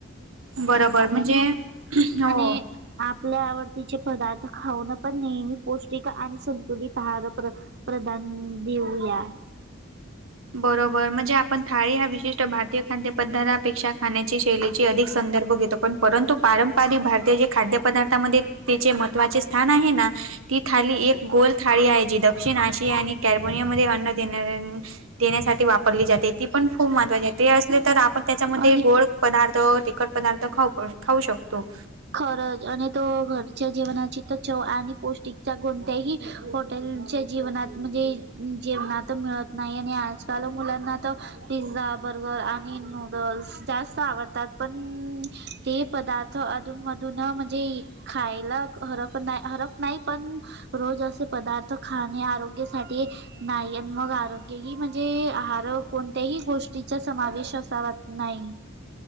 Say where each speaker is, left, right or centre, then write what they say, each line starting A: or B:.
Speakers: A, on the right; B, on the right.
A: बरोबर म्हणजे हो
B: आणि आपल्या आवडतीचे पदार्थ खाऊन पण नेहमी पौष्टिक आणि संतुलित आहार प्रधान देऊया.
A: बरोबर म्हणजे आपण थाळी हा विशिष्ट भारतीय खाद्य पदार्थ पेक्षा खाण्याची शैलीची अधिक संदर्भ घेतो पण परंतु पारंपरिक भारत ते जे खाद्य पदार्थामध्ये तेचे महत्वाचे स्थान आहे ना ती थाली एक गोल थाळी आहे जी दक्षिण आशिया आणि कॅर्बोनिया मध्ये अन्न देणाऱ्यां देण्यासाठी वापरली जाते ती पण खूप महत्त्वाची ते असले तर आपण त्याच्यामध्ये
B: आणि
A: गोड पदार्थ तिखट पदार्थ खाऊ -खाऊ शकतो.
B: खरच आणि तो घरच्या जेवणाची तर चव आणि पौष्टिकच्या कोणत्याही हॉटेलच्या जीवनात म्हणजे जेवनात मिळत नाही आणि आज चालू मुलांना तर पिझ्झा बर्गर आणि नूडल्स जास्त आवडतात पण ते पदार्थ अ अधून मधून म्हणजे खायला हरप- हरप नाही पण रोज अ पदार्थ खाणे आरोग्यासाठी नाही मग आरोग्यही म्हणजे आहार कोणत्याही गोष्टीचा समावेश असावा नाही.